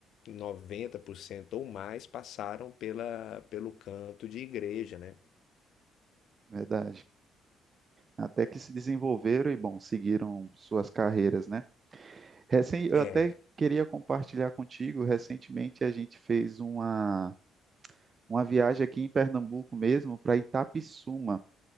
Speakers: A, on the left; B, on the right.
A: 90% ou mais, passaram pela, pelo canto de igreja, né?
B: Verdade. Até que se desenvolveram e, bom, seguiram suas carreiras, né? Recen- eu
A: É,
B: até queria compartilhar contigo, recentemente a gente fez uma, uma viagem aqui em Pernambuco mesmo, para Itapissuma.